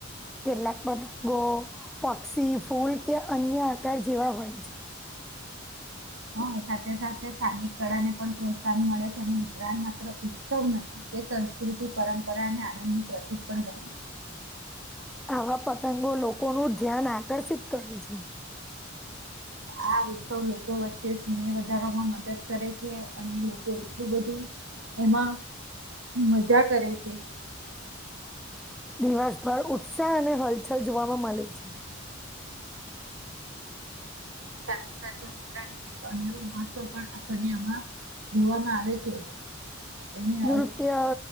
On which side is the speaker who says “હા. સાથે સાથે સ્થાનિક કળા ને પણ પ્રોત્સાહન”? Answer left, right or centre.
Right